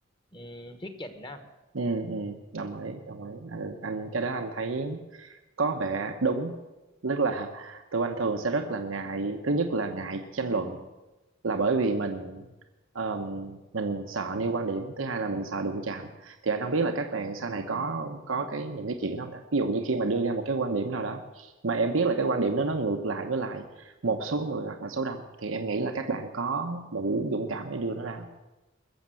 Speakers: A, on the left; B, on the right.
A: ừm, thuyết trình đó
B: ừ ừ đồng ý đồng ý anh, anh cái đó anh thấy có vẻ đúng tức là tụi anh thường sẽ rất là ngại thứ nhất là ngại tranh luận là bởi vì mình ờm, mình sợ nêu quan điểm thứ hai là mình sợ đụng chạm thì anh không biết là các bạn sau này có có cái những cái chuyện đó không ta ví dụ như khi mà đưa ra một cái quan điểm nào đó mà em biết là cái quan điểm đó nó ngược lại với lại một số người hoặc là số đông thì em nghĩ là các bạn có đủ dũng cảm để đưa nó ra không?